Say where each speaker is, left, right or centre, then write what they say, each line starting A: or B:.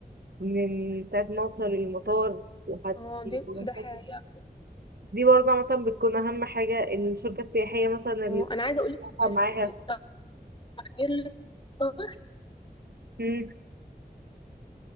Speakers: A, on the right; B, on the left.
A: من ساعه ما اوصل المطار لحد
B: اه دي
A: المستشفى.
B: ده حقيقة
A: دي برضه مثلا بتكون اهم حاجه الشركه السياحيه مثلا
B: اه
A: اللي
B: أنا عايزة أقولك
A: بتتعب
B: إن
A: معاها
B: التحضير للسفر
A: مم.